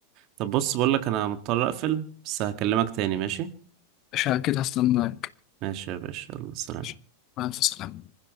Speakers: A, on the right (about 45°); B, on the left (about 40°).
A: طب بص بقولك أنا مضطر أقفل بس هكلمك تاني ماشي
B: مش كده هستناك
A: ماشي يا باشا يلا سلام
B: ماشي. مع السلامة